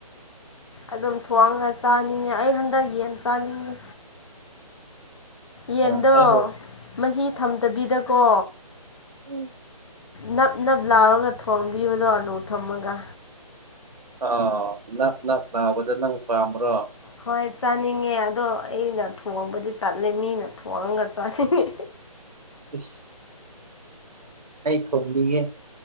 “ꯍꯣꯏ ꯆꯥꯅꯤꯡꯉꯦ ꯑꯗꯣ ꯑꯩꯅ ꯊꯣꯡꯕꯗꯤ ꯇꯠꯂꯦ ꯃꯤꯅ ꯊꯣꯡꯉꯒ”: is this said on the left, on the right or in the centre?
Left